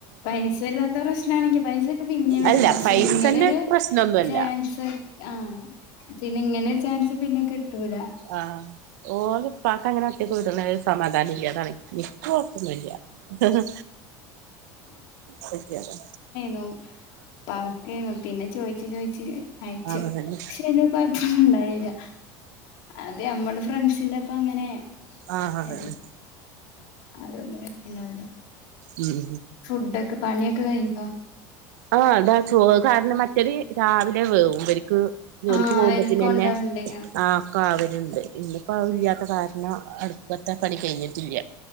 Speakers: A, on the left; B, on the right.
A: പൈസ ഇല്ലാത്ത പ്രശ്നാണെങ്കിൽ പൈസ. പിന്നെ വരും
B: അല്ല
A: പക്ഷെ
B: പൈസന്റെ
A: ഇങ്ങനൊരു
B: പ്രശ്നൊന്നുല്ല
A: ചാൻസ് ആഹ് പിന്നെ. ഇങ്ങനെയൊരു ചാൻസ് പിന്നെ കിട്ടൂല.
B: ആഹ് ഓള് ഉപ്പാക്ക് അങ്ങനെ ഒറ്റയ്ക്ക് വിടണത് സമാധാനം ഇല്ല അതാണ് എനിക്ക് കുഴപ്പൊന്നുല്ല. ഉപ്പാക്ക് സുഖമില്ല അതാ.
A: ഉം ഉപ്പാക്കാണ് പിന്നെ ചോയിച്ചു ചോയിച്ച്. അയച്ചു
B: ആഹ് അതന്നെ
A: പക്ഷെ കുഴപ്പൊന്നുണ്ടായില്ല, അത് നമ്മടെ ഫ്രണ്ട്സ്. എൻ്റെ ഒപ്പ അങ്ങനെ
B: ആഹ് ആഹ്
A: അത്
B: അതന്നെ
A: അതുകൊണ്ട് കുഴപ്പൊണ്ടാവൂല.
B: ഉം
A: ഫുഡ്ഡൊക്കെ പണിയൊക്കെ കഴിഞ്ഞോ?
B: ആഹ് അതാ ചോറ് കാരണം മട്ടരി രാവിലെ വേവും ഇവരെക്ക്. ജോലിക്ക്
A: ആഹ്
B: പോകുമ്പോത്തിന്
A: അയില് കൊണ്ടോവണ്ടേ
B: തന്നെ ആഹ്. ക്കാവലുണ്ട്, ഇന്ന് ഇപ്പെ ഇല്ലാത്ത കാരണം അടുപ്പത്തെ പണി കഴിഞ്ഞിട്ടില്ല.